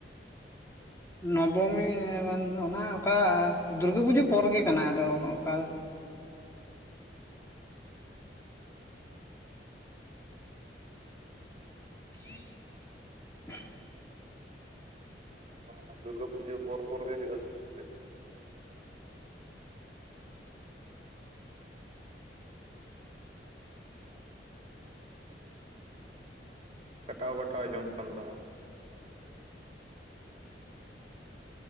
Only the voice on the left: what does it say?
ᱱᱚᱵᱚᱢᱤ ᱵᱟᱝ ᱚᱱᱟ ᱚᱠᱟ ᱫᱩᱨᱜᱟᱹ ᱯᱩᱡᱟᱹ ᱯᱚᱨ ᱜᱮ ᱠᱟᱱᱟ ᱟᱫᱚ ᱚᱠᱟ <inaudible>